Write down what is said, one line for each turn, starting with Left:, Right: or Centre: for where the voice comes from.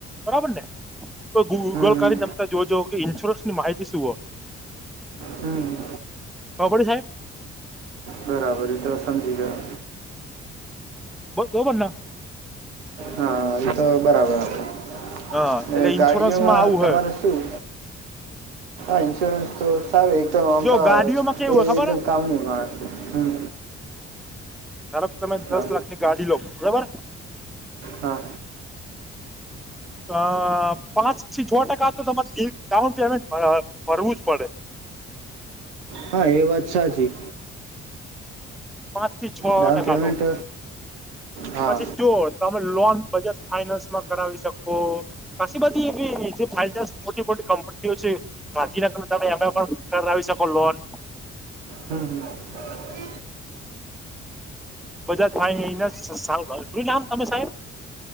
Centre: બરાબર ને કોઈ ગૂગલ
Right: હમ હમ
Centre: કરીને જોજો કે ઇન્સ્યોરન્સ ની માહિતી શું હો
Right: હમ
Centre: બડ સાહેબ
Right: બરાબર તો સમજી ગયો
Centre: બ એ <unintelligible> બનના
Right: હા તો બરાબર આપડે
Centre: હા એટલે
Right: ગાડીઓમાં
Centre: ઇન્સ્યોરન્સમાં આવું
Right: તમારે
Centre: હોય
Right: શું ઈન્સુરન્સ તો તાર એકદમ આમ
Centre: જો
Right: તો
Centre: ગાડીઓમાં કેવું
Right: એ
Centre: હોય ખબર
Right: એકદમ કામની મા છે હમ
Centre: તારો તમે
Right: હા
Centre: દસ લાખની ગાડી લો બરાબર
Right: હા
Centre: અ પાંચ થી છો ટકા તો તમારે ડાઉન પેમેન્ટ ભરવું જ પડે
Right: હા એ વાત સાચી
Centre: પાંચ થી છ
Right: ડાઉન
Centre: ટકા
Right: પેમેન્ટ
Centre: તો
Right: હા
Centre: પછી જો તમે લોન બજાજ ફાઈનાન્સ માં કરાવી શકો કાશી બધી એવી જે ફાઈનાન્સ મોટી મોટી કંપનીઓ છે <unintelligible> ના તમે એમે પણ કરાવી શકો લોન
Right: હમ હમ
Centre: બજાજ ફાઇનાન્સ <unintelligible> નામ તમે સાહેબ